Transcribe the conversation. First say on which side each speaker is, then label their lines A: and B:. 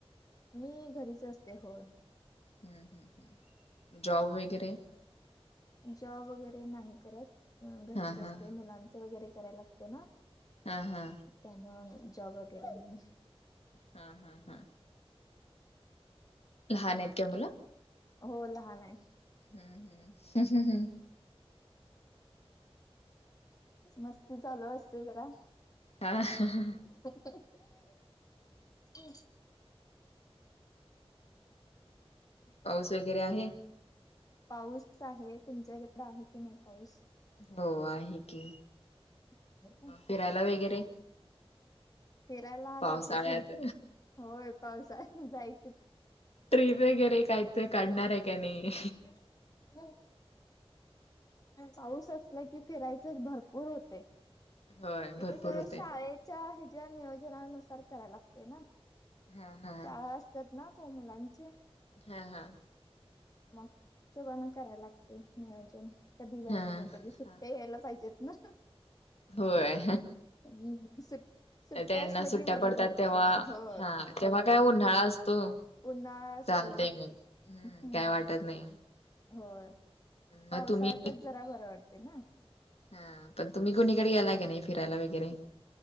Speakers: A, on the left; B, on the left.
A: मी घरीच असते होय.
B: हम्म हम्म जॉब वगैरे?
A: जॉब वगैरे नाही करत
B: हा
A: घरीच असते
B: हा.
A: मुलांच वगैरे करायला लागते ना
B: हा हा
A: त्यांमुळ जॉब वगैरे नाही.
B: हा हा हा. लहान आहेत का मुलं?
A: हो लहान आहे.
B: हम्म हम्म हम्म हम्म हम्म
A: मस्ती चालू असते जरा
B: हा हा ह.
A: हम्म.
B: पाऊस वगैरे आहे?
A: पाऊस आहे. तुमच्याकडे आहे की नाही पाऊस?
B: हो आहे की,
A: आहे का
B: फिरायला वगैरे?
A: फिरायला
B: पावसाळ्यात
A: जाते की, होय पावसाळा जाय
B: ट्रीप वगैरे काय ते काढणार आहे काय नाही?
A: <inaudible> पाऊस असला कि फिरायचं भरपूर होते.
B: होय
A: ते
B: भरपूर
A: कसं
B: होतय.
A: शाळेच्या ह्याच्या नियोजनानुसार करायला लागते ना.
B: हा हा.
A: शाळा असतात ना प मुलांचे.
B: हा हा!
A: मग हिशोबानं करायला लागते, नियोजन कधी जायचं
B: हा.
A: कधी सुट
B: हा.
A: ते यायला पाहिजेत ना.
B: होय!
A: हम्म सुट सुट्ट्या
B: त्यांना
A: असल्या
B: सुट्ट्या
A: की बरं
B: पडतात
A: पडते
B: तेव्हा
A: ना. हो!
B: हा तेव्हा काय उन्हाळा असतो
A: उन्हाळा असतोय
B: चालतय मग हम्
A: हम्म
B: काय वाटत नाही.
A: होय, पावसाळ्यातच
B: मग तुम्ही
A: जरा बरं वाटते ना.
B: हा, पण तुम्ही कुणीकडे गेला की नाही फिरायला वगैरे?